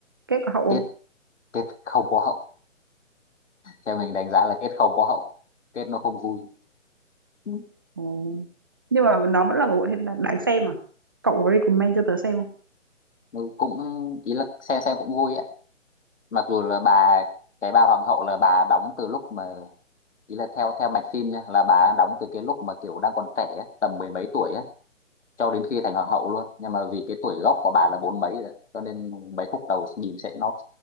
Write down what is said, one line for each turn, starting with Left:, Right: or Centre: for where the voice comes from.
Right: kết có hậu
Left: kết
Right: không
Left: kết không có hậu theo mình đánh giá là kết không có hậu kết nó không vui Ừ.
Right: ừ. nhưng mà nó vẫn là một bộ phim đáng đáng xem à cậu có recommend cho tớ xem không
Left: nó cũng ý là xem xem cũng vui ạ mặc dù là bà cái bà hoàng hậu là bà đóng từ lúc mà ý là theo theo mạch phim nha là bà đóng từ cái lúc mà kiểu đang còn trẻ ấy, tầm mười mấy tuổi ấy, cho đến khi thành hoàng hậu luôn nhưng mà vì cái tuổi gốc của bà là bốn mấy rồi cho nên mấy khúc đầu nhìn sẽ nó